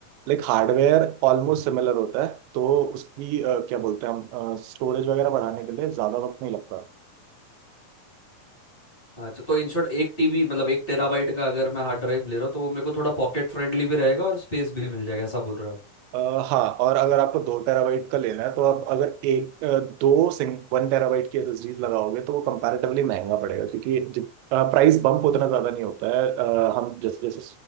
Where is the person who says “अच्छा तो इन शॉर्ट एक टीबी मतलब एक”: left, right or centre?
Left